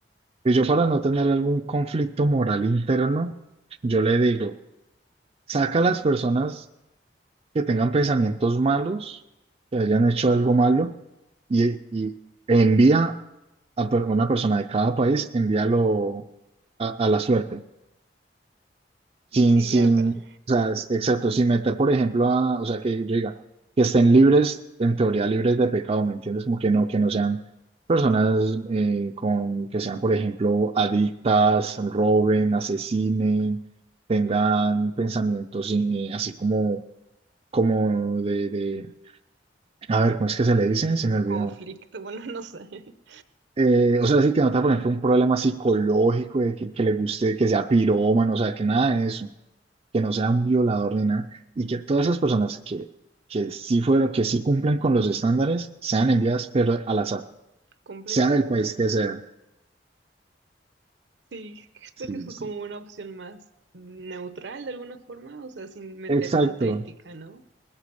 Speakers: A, on the right; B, on the right.
A: Y yo para no tener algún conflicto moral interno, yo le digo, saca a las personas que tengan pensamientos malos, que hayan hecho algo malo, y, y envía a per- una persona de cada país, envíalo a, a la suerte, sin,
B: Así
A: sin,
B: ya para
A: o sea, es- exacto, sin meter, por ejemplo, a, o sea, que yo diga, que estén libres, en teoría libres de pecado, ¿me entiendes? Como que no, que no sean personas eh, con, que sean, por ejemplo, adictas, roben, asesinen, tengan pensamientos eh, así como como de, de a ver, ¿cómo es que se le dicen?
B: <laughs>
A: Se me olvidó.
B: conflicto, bueno, no sé, <laughs>
A: Eh, o sea, sí que nota, por ejemplo, un problema psicológico de que, que le guste, que sea pirómano, o sea, que nada de eso, que no sea un violador ni nada, y que todas esas personas que, que sí fueron, que sí cumplen con los estándares, sean enviadas, pero al azar,
B: completamente
A: sea del país
B: lo sé.
A: que sea.
B: Sí, creo
A: Sí,
B: que es
A: sí.
B: como una opción más neutral de alguna forma, o sea, sin meter
A: Exacto.
B: tanta ética, ¿no?